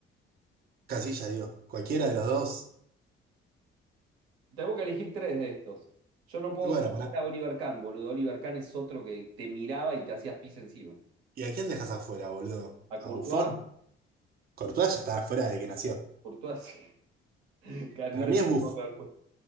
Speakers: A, on the right; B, on the right.
A: Castilla, digo. Cualquiera de los dos.
B: tenemos que elegir tres de estos. Yo no puedo
A: Y Bueno,
B: dejar
A: pará.
B: fuera a Oliver Kahn, boludo. Oliver Kahn es otro que te miraba y te hacías pis encima.
A: ¿Y a quién dejas afuera, boludo?
B: A
A: ¿A
B: Courtois,
A: Buffon? Courtois ya está afuera de que nació.
B: Courtois sí. <laughs> Carnilo
A: Para mí es
B: lo
A: Buff.
B: tengo que haber puesto.